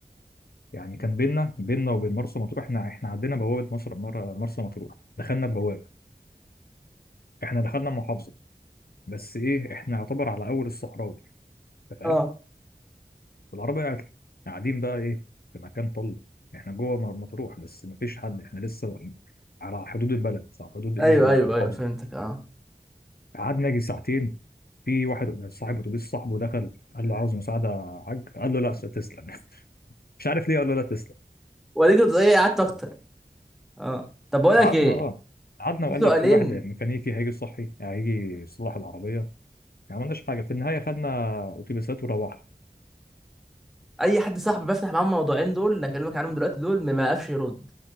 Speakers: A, on the left; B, in the centre.
A: يعني كان بينا بينا وبين مرسى مطروح احنا احنا عدينا بوابه مصر مر- مرسى مطروح دخلنا البوابه احنا دخلنا المحافظه بس ايه احنا يعتبر على اول الصحراوي انت فاهم
B: اه
A: العربيه قاعد- قاعدين بقى ايه في مكان طل احنا جوه مر- مطروح بس مفيش حد احنا لسه واقفين على حدود البلد على حدود
B: ايوه
A: ايه المحافظه
B: ايوه ايوه فهمتك اه
A: قعدنا يجي ساعتين في واحد صاحب اتوبيس صاحبه دخل قال له عاوز مساعده يا حاج قال له لا تسلم <laughs> مش عارف ليه قال له لا تسلم
B: وليك كنت ايه قعدت اكتر اه طب بقول لك
A: قعدنا
B: ايه
A: اه قعدنا
B: في
A: وقال
B: سؤالين
A: لك في واحد ميكانيكي هيجي يصحي يعني هيجي يصلح العربيه يعني ما عملناش حاجه في النهايه خدنا اتوبيسات وروحنا
B: اي حد صاحبي بفتح معاه الموضوعين دول اللي اكلمك عنهم دلوقتي دول ما يعرفش يرد